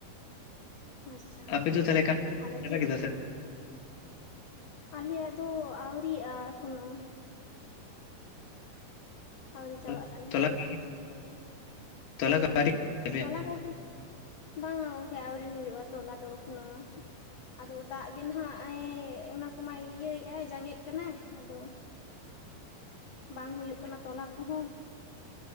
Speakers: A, on the left; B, on the left.
A: ᱟᱪᱪᱷᱟ
B: ᱟᱯᱮ ᱫᱚ ᱛᱟᱦᱚᱞᱮ <inaudible>
A: ᱟᱫᱚ
B: ᱪᱟᱵᱟ
A: ᱪᱮᱫ
B: ᱠᱮᱫᱟ ᱥᱮ ᱵᱟᱝ?
A: ᱟᱞᱮᱭᱟᱜ ᱫᱚ ᱟᱹᱣᱨᱤᱜ-ᱟ ᱮᱠᱷᱚᱱᱳ᱾ ᱟᱹᱣᱨᱤ
B: <inaudible>
A: ᱪᱟᱵᱟᱜ ᱛᱟᱞᱮᱭᱟ
B: <unintelligible> ᱛᱚᱵᱮ?
A: ᱛᱚᱞᱟ ᱠᱚᱜᱮ, ᱵᱟᱝᱟ ᱜᱚᱢᱠᱮ ᱟᱹᱣᱨᱤ ᱦᱩᱭᱩᱜ-ᱟ ᱛᱚᱞᱟ ᱫᱚ ᱮᱠᱷᱚᱱᱳ᱾ ᱟᱫᱚ ᱫᱟᱜ ᱜᱮ ᱱᱟᱦᱟᱜ ᱮᱹᱭ ᱚᱱᱟ ᱠᱚᱢᱟᱭ ᱤᱭᱟᱹᱭᱮᱫ-ᱟᱭ ᱡᱟᱸᱜᱮᱜ ᱠᱟᱱᱟᱭ ᱟᱫᱚ
B: <inaudible>
A: ᱵᱟᱝ ᱦᱩᱭᱩᱜ ᱠᱟᱱᱟ ᱛᱚᱞᱟ ᱠᱚᱦᱚᱸ᱾